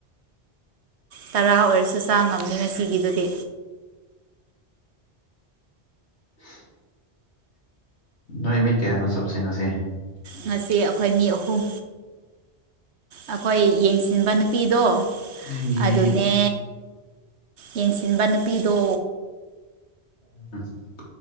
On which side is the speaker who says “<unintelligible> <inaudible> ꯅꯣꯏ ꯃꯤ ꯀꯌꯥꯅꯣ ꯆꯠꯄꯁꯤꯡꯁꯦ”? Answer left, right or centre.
Left